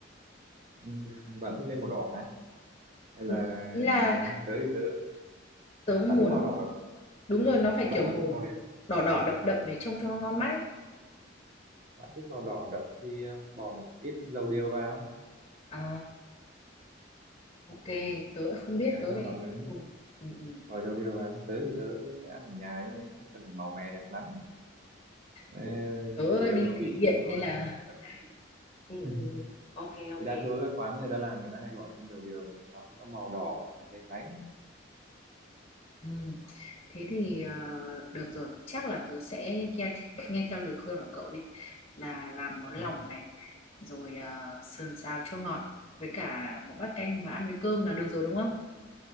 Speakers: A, on the right; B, on the left.
A: ừ, bạn thích lên màu đỏ hả hay là
B: Ừ, ý là
A: xém nhau tới thì tớ
B: tớ muốn
A: bạn thích màu đỏ
B: đúng rồi nó phải
A: bạn
B: kiểu màu
A: mà thích màu đẹp
B: đỏ đỏ đậm đậm để trông cho ngon mắt ấy
A: bạn thích màu đỏ đậm thì ờ, bỏ một ít dầu điều vào
B: à ok tớ lại không
A: tất
B: biết
A: cả
B: tớ
A: các màu
B: lại
A: đỏ ấy
B: không dùng ừ, ừ.
A: rồi đâu đều vào tớ thì tớ ăn ở nhà cho nên không cần phải màu mè đẹp lắm Ờ,
B: khổ. tớ
A: chủ yếu
B: đi
A: là
B: thể
A: vị
B: hiện
A: cân đối
B: nên là
A: cân bằng vị
B: ừ, ừ,
A: <laughs>
B: ừ. ok ok
A: thì đa số các quán người ta làm người ta hay bỏ thêm đầu điều nên nó sẽ có màu đỏ hay cháy cháy
B: Ừ. Thế thì ờ, được rồi, chắc là tớ sẽ nghe, <laughs> nghe theo lời khuyên của cậu đi là làm món lòng
A: <laughs>
B: này, rồi ờ, sườn xào chua ngọt với cả một bát canh và ăn với cơm là được rồi đúng không?